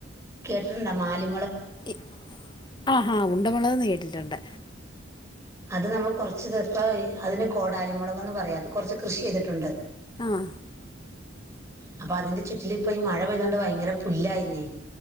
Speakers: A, on the right; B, on the left.
A: കേട്ടിട്ടിണ്ട മാലി
B: ഇ ആഹാ ഉണ്ടമുളകെന്ന് കേട്ടിട്ടുണ്ട്
A: അത് നമ്മൾ കുറച്ച് തിപ്പ അതിന് കോടാലിമുളകെന്ന് പറയും അത് കൊറച്ച് കൃഷി ചെയ്തിട്ടുണ്ട്
B: ആഹ്
A: അപ്പൊ അതിന്റെ ചുറ്റിലിപ്പ ഈ മഴ പെയ്തോണ്ട് ഭയങ്കര പുല്ലായീന്നേ.